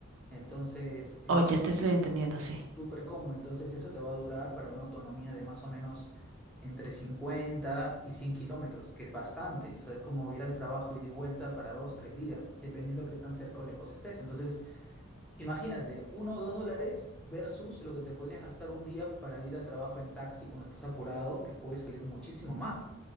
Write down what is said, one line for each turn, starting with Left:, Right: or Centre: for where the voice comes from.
Centre: Entonces, es
Right: Oh, ya te estoy entendiendo, sí.
Centre: súper cómodo. Entonces eso te va a durar para una autonomía de más o menos entre 50 y 100 kilómetros, que es bastante. O sea, es como ir al trabajo y de vuelta para dos, tres días, dependiendo qué tan cerca o lejos estés. Entonces, imagínate, uno o dos dólares versus lo que te podrías gastar un día para ir al trabajo en taxi cuando estás apurado, que puede salir muchísimo más.